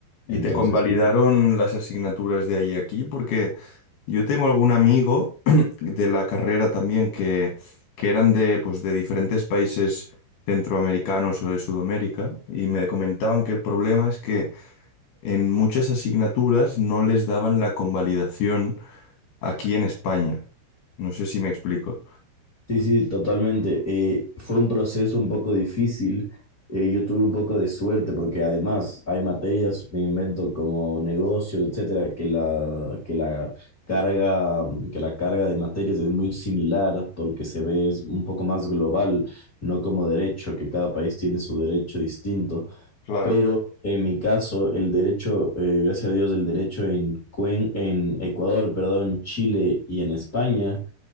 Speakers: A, on the left; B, on the left.
A: ¿Y
B: Entonces,
A: te convalidaron las asignaturas de ahí a aquí? Porque yo tengo algún amigo <clears throat> de la carrera también que, que eran de, pues, de diferentes países centroamericanos o de Sudamérica y me comentaban que el problema es que en muchas asignaturas no les daban la convalidación aquí en España. No sé si me explico.
B: Sí, sí, totalmente. Eh, fue un proceso un poco difícil. Eh, yo tuve un poco de suerte porque además hay materias, me invento como negocio, etcétera, que la, que la carga, mm, que la carga de materias es muy similar porque se ve es un poco más global, no como derecho, que cada país tiene su derecho distinto.
A: Claro.
B: Pero en mi caso, el derecho, eh, gracias a Dios, el derecho en, Cuen- en Ecuador, perdón, Chile y en España